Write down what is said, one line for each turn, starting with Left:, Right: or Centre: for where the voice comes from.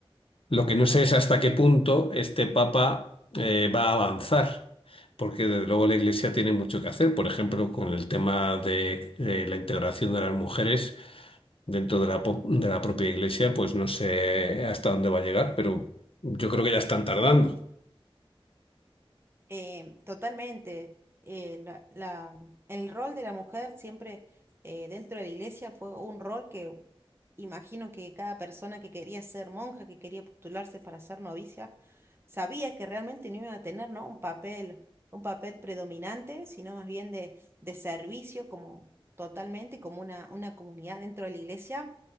Left: Lo que no sé es hasta qué punto este Papa eh, va a avanzar, porque desde luego la Iglesia tiene mucho que hacer, por ejemplo, con el tema de eh, la integración de las mujeres dentro de la, po- de la propia Iglesia, pues no sé hasta dónde va a llegar, pero yo creo que ya están tardando.
Right: Em, totalmente. eh, la- la- el rol de la mujer siempre eh, dentro de la iglesia fue un rol que imagino que cada persona que quería ser monja, que quería postularse para ser novicia, sabía que realmente no iba a tener, ¿no? un papel, un papel predominante, sino más bien de, de servicio como totalmente, como una, una comunidad dentro de la iglesia,